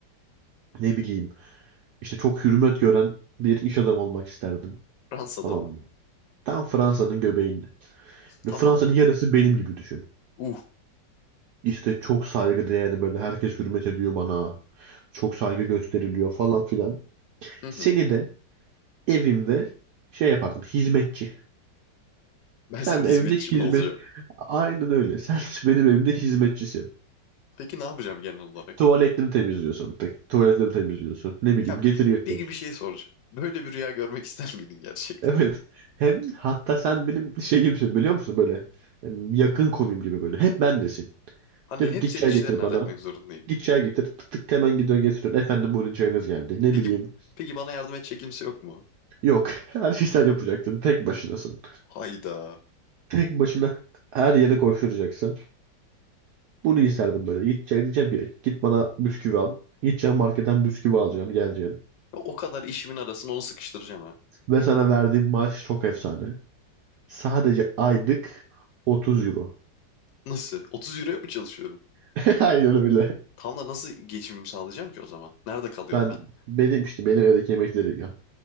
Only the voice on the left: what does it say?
Fransa'da
mı?
Tamam.
Uh.
Hı
hı.
Ben
senin hizmetçim
olacağım.
Peki ne yapacağım genel olarak?
Ya
peki bir şey soracağım. Böyle bir rüya görmek ister miydin gerçekten?
Hani
hep
senin
işlerini
halletmek zorundayım.
Peki,
peki bana yardım edecek kimse yok mu?
Hayda.
O kadar işimin arasına onu sıkıştıracağım ha.
Nasıl? 30 euroya mı çalışıyorum?
Tam da nasıl geçimimi sağlayacağım ki o zaman? Nerede kalıyorum
ben?